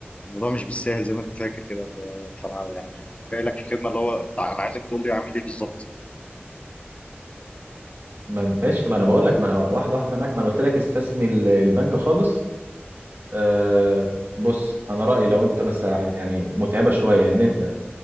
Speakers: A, on the left; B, on the right.
A: الموضوع مش بالسهل زي ما انت فاكر كده ب- فانا يعني جاي لك في خدمه اللي هو بتاع انا عايزك تقول لي اعمل ايه بالظبط
B: ما ماشي ما انا بقول لك ما انا واحدة واحدة معاك ما انا قلت لك استثني ال- البنك خالص أه بص انا رأيي لو انت بس ع- يعني متعبة شوية ان انت